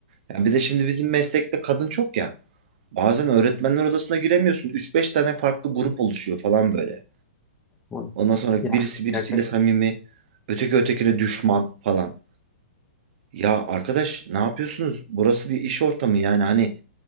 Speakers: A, on the right (about 55°); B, on the left (about 15°).
A: Yani bir de şimdi bizim meslekte kadın çok ya. Bazen öğretmenler odasına giremiyorsun. Üç beş tane farklı grup oluşuyor falan böyle.
B: o-
A: Ondan sonra
B: Ya
A: birisi birisiyle
B: gerçekten.
A: samimi, öteki ötekine düşman falan. Ya arkadaş ne yapıyorsunuz? Burası bir iş ortamı yani hani